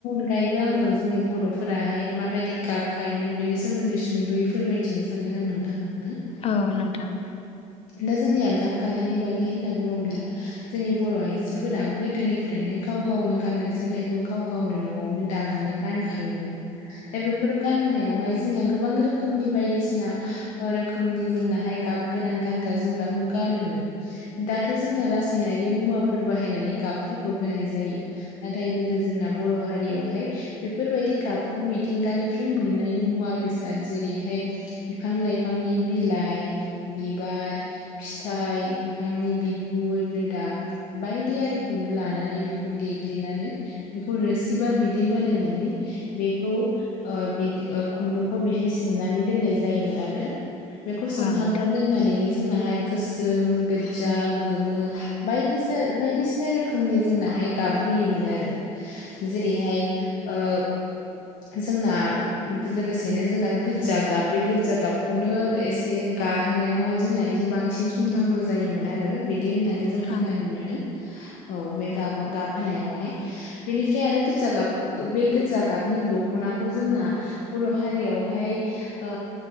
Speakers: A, on the left; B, on the left.
A: अनगायैबो आङो जोंनि बर'फोराहाय माबायदि गाब गायोमोन बेनि सोमोन्दै सुंद'यै फोरमायथिनो सानदों। आं नोंथां नोंनो।
B: औ नोंथां।
A: दा जोंनिया गाब गानायनि बागै होनना बुङोब्ला जोंनि बर' आइजोफोरा गोदोनिफ्रायनो गाव गावनो गाननाय जोमनायखौ गाव गावनो न'आवनो दानानै गानखां खायोमोन। दा बेफोर गनायावहाय जों गोबां रखनि बायदिसिना रोखोमनि जोंनाहाय गाब गोनां गानग्रा जोमग्राखौ गानोमोन। दाथ' जोंना रासायनारि मुवाफोर बाहायनानै गाबफोरखौ होनाय जायो। नाथाय गोदो जोंना बर' हारियावहाय बेफोरबायदि गाबखौ मिथिंगानिफ्राय मोननायनि मुवा बेसाद जेरै हाय बिफां लाइफांनि बिलाइ, बिबार, फिथाय, बिफां नि बिगुर रोदा बायदि आरिखौनो लानानै बेखौ देग्लिनानै बेखौ रोसि बा बिदै बानायनानै बेखौ ओ बि खुदुंखौ बेहाय सोमनानै दोनाय जायोमोन आरो। बेखौ सोमहाबना
B: औ नोंथां
A: दोननानैनो जोंनाहाय गोसोम गोजा गोमो बायदि बायदिसिना रोखोमनि जोंना गाबहोयोमोन आरो। जेरैहाय ओ जोंना लोगोसेनो जोंना गोज्जा गाब बे गोज्जा गाबखौनो एसे गाब जाहोनायावहाय जोंना एसे बांसिन सम नांगौ जायोमोन आरो बिदि होननानै जों
B: औ
A: खोनानो मोनो। औ बे गाब गाबहोनायावहाय। बेनिफ्राय आरो गोजा गाब बे गोजा गाबनि दख'नाखौ जोंना बर' हारियावहाय ओ